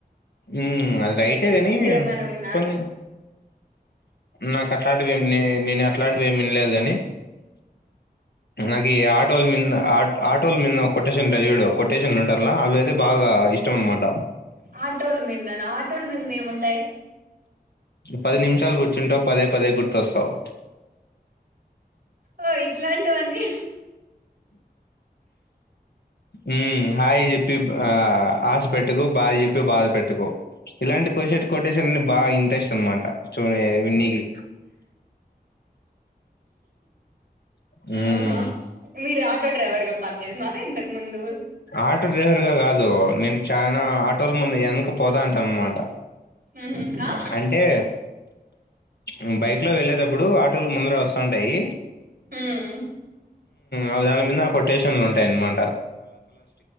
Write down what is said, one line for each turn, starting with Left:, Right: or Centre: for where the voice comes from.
Left: ఉం అది రైటే గని
Right: ఏమైనా విన్నారా
Left: కొన్ని నాకట్లాంటివన్నీ నేను అట్లాంటివిమి వినలేదు గని నాకి ఆటోల్ మీంద ఆ ఆటోల మీంద కొటేషన్ ఉంటద్ జూడు కొటేషన్లు ఉంటర్ల అవైతే బాగా అ ఇష్టమనమాటా
Right: ఆటోల్ మీందనా ఆటోల్ మీంద ఏం ఉంటాయ్
Left: పది నిమిషాలు కుర్చుంటావు పదే పదే గుర్తొస్తావ్
Right: ఓ ఇట్లాంటివన్నీ
Left: ఉం హాయి చెప్పి ఆ ఆశ పెట్టుకు ట్ బాధ పెట్టుకో ఇలాంటి కొసేట్ కొటేషన్ని బాగా ఇంట్రెస్ట్ అనమాట చూడి విన్నికి హ్మ్
Right: ఆహా మీ రా టొ డ్రైవర్గా పన్ చేసినారా ఇంతకు ముందు
Left: ఆటో డ్రైవర్ గా గాదు నేన్ చానా ఆటోల ముందు ఎన్క పోతాంటాన్మాట
Right: ఉహు ఆ
Left: అంటే ఉం బైక్ క్లో వెళ్లేేటప్పుడు ఆటోలు ముందర వస్తాంటాయి
Right: ఉం
Left: ఆ దాని మీద ఆ కొటేషన్లు ఉంటాయి అన్నమాట